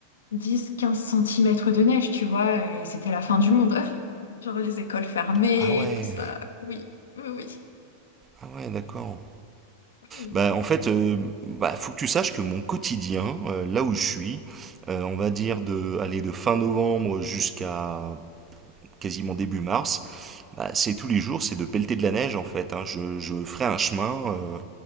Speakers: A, on the left; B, on the right.
A: 10-15 centimètres de neige, tu vois, et c'était la fin du monde. <laughs> Genre les écoles fermées,
B: Ah ouais,
A: tout ça. Oui, oui, oui.
B: ah ouais, d'accord.
A: Oui,
B: Bah, en fait, euh, bah, faut que tu saches que mon quotidien, euh, là où je suis, euh, on va dire de aller de fin novembre jusqu'à quasiment début mars, bah, c'est tous les jours, c'est de pelleter de la neige en fait. hein. Je, je ferai un chemin euh,